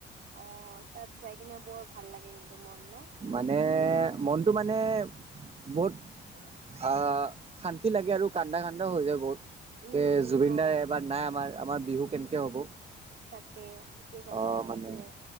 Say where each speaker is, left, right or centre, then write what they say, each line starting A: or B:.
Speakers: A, on the right; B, on the right.
A: অ তাত যাই কিনে বৰ ভাল লাগে কিন্তু মন ন
B: মানে মনটো মানে বহুত
A: <unintelligible>
B: আহ শান্তি লাগে আৰু কান্দা কান্দাও হৈ যাও বহুত
A: উম,
B: এ
A: উম,
B: জুবিনদাই
A: হয়
B: এবা নাই আমাৰ আমাৰ বিহু কেনেকে হ'ব
A: তাকে ঠিকেই কলা
B: অ
A: সেইটোয়ে
B: মানে